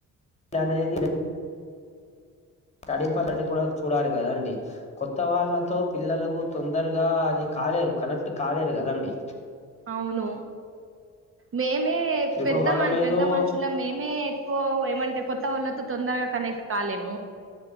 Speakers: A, on the left; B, on the right.
A: అనేది స్టడీ పరంగా గూడా చూడాలి కదాండి కొత్త వాళ్ళతో పిల్లలకు తొందరగా అది క కాలేరు కనెక్ట్ కాలేరు కదా అండి
B: అవును మేమే
A: ఇప్పుడు
B: పెద్ద
A: మనం
B: మన్
A: ఏదో
B: పెద్ద మనుషులం మేమే ఎక్కువ ఏమంటే కొత్త వోళ్ళతో. తొందరగా కనెక్ట్ కాలేమ్